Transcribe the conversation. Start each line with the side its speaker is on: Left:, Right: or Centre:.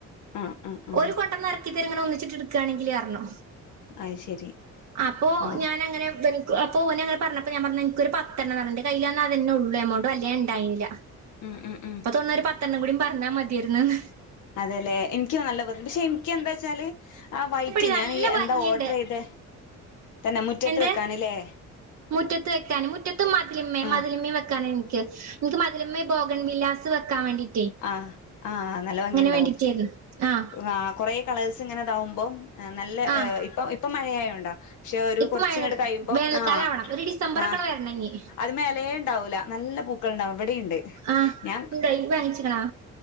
Left: ആഹ് ആഹ് ആഹ്
Right: ഓര് കൊണ്ടന്ന് ഇറക്കി തരണ ച്ചിട്ട എടുക്കയാണെങ്കിൽ പറണോ
Left: അത് ശരി
Right: അപ്പൊ
Left: ആഹ്
Right: ഞാൻ അങ്ങനെ അപ്പൊ ഓനെ അങ്ങെ പറഞ്ഞപ്പോ ഞാൻ പറഞ്ഞ എനിക്കൊരു അ നന്റെ കയ്ൽന്ന അതന്നെ ഉള്ളൂ എമൗ വല്യ ഉണ്ടായില്ല
Left: ഉം ഉം ഉം
Right: ഇപ്പൊ തൊണ്ണൂരു പത്തെണ്ണം കൂടി പറഞ്ഞാൽ മതിയായിരുന്നുന്ന്
Left: അതെല്ലെ എനിക്ക് നല്ല ബം പക്ഷെ എനിക്ക് എന്താ വച്ചാല് ആ വൈറ്റ്
Right: പ്പടി നല്ല
Left: ഞാൻ എന്താ
Right: ഭംഗിണ്ട്
Left: ഓർഡർ ചെയ്ത തന്നെ മുറ്റത്ത്
Right: എന്ത്
Left: വെക്കാനല്ലേ
Right: മുറ്റത്ത് വെക്കാന് മുറ്റത്ത മതിലിയും
Left: ആഹ്
Right: മതിലിമ്മയും വെക്ക എനിക്ക് ന്ക്ക് മതിലിമ്മേൽ പോഗൺ വിലാസ <unintelligible>
Left: ആ ആ നല്ല ഭംഗിയുണ്ടാവും
Right: വേണ്ടിട്ടായിരുന്നു ആഹ്
Left: ആ കൊറെ കളേഴ്സിങ്ങനെ താവുമ്പോ നല്ല
Right: ആഹ്
Left: ഇപ്പ ഇപ്പ മ യായണ്ടോ പക്ഷെ ഒരു
Right: ഇപ്പൊ
Left: കുറച്ചങ്ങട
Right: മഴ
Left: കഴിയുമ്പോം
Right: വേനൽക്കാലം
Left: ആ
Right: ആവണം ഒരു ഡിസംബറൊക്കെണ്
Left: ആ
Right: വരണഞ്ഞി
Left: അത് മേലേ ഇണ്ടാവൂല നല്ല പൂക്കളുണ്ടാവും ഇവിടെണ്ട്
Right: ആഹ്
Left: ഞാൻ
Right: ഇണ്ടോ ഇയ്യ് വാങ്ങിച്ചിക്കണോ